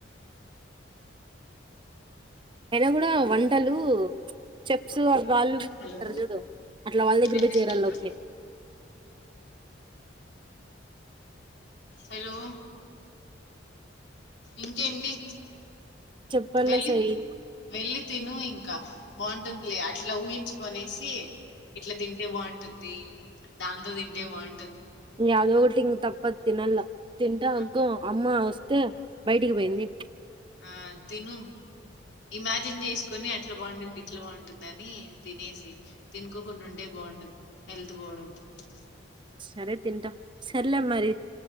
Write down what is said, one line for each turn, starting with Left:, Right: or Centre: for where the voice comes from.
Right: అయినా కూడా వంటలు చెప్స్ వాళ్ళు వీళ్లుంటరు
Left: హలో
Right: జూడు అట్లా వాళ్ళ దగ్గర
Left: వినిపిస్తుందా
Right: పోయి చేరల్ల ఊరిక్నె
Left: హలో ఇంకేంటి
Right: చెప్పల్ల
Left: వెళ్ళి
Right: సాయి
Left: వెళ్ళి తిను ఇంకా బాంటుందిలే అట్లా ఊహించుకనేసి ఇట్లా తింటే బాంటుంది దాంతో తింటే బాంటు
Right: యాదో ఒగటి ఇంగ తప్పదు తినల్ల తింట
Left: ఆ
Right: అగ్గొ అమ్మ స్తే బయటికి పెయింది
Left: ఆ తిను ఇమాజిన్ చేసుకొని అట్లా బాంటుంది ఇట్లా బాంటుంది అని తినేసెయ్ తినుకోకుండా ఉంటే బావుండదు హెల్త్ పాడు అవుతుంది
Right: సరే తింటా సర్లే మరి